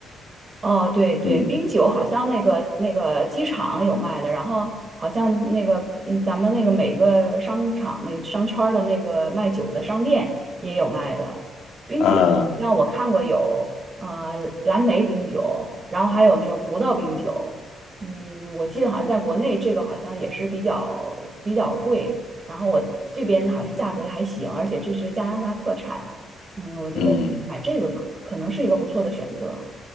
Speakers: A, on the right; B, on the left.
A: 哦，对对，
B: 嗯
A: 冰酒好像那个那个机场有卖的，然后好像那个嗯，咱们那个每个商场那个商圈儿的那个卖酒的商店也有卖的冰酒，
B: 啊，
A: 像我看过有呃蓝莓冰酒，然后还有那个葡萄冰酒，嗯，我记得好像在国内这个好像也是比较比较贵，然后我这边好像价格还行，而且这是加拿大特产，嗯，我觉得买这个可可能是一个不错的选择。
B: 嗯。